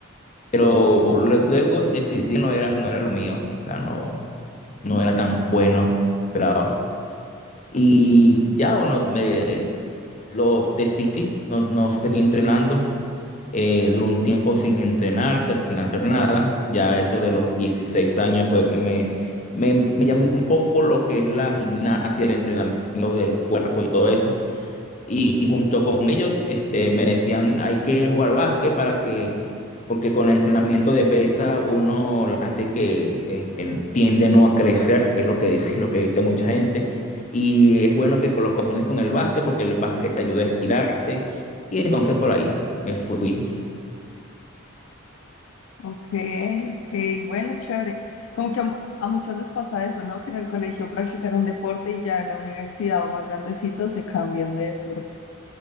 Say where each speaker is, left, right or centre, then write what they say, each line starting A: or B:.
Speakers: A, on the left (about 35°); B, on the left (about 85°).
A: Pero le- luego decidí que no era, no era lo mío. O sea, no, no era tan bueno, esperaba. Y ya, bueno, me lo desistí, no, no seguí entrenando. Eh, duró un tiempo sin entrenarse, sin hacer nada. Ya eso de los 16 años fue que me, me, me llamó un poco lo que es la gimnasia, el entrenamiento del cuerpo y todo eso. Y junto con ellos, este, me decían, hay que jugar básquet para que, porque con el entrenamiento de pesa, uno, la gente que este, tiende no a crecer, es lo que dice, <laughs> lo que dice mucha gente. Y es bueno que lo combines con el básquet, porque el básquet te ayuda a estirarte. Y entonces por ahí me fui.
B: Ok, ok. Bueno, chévere. Como que a, mu- a muchos les pasa eso, ¿no? Que en el colegio practican un deporte y ya en la universidad o más grandecito se cambian de deporte.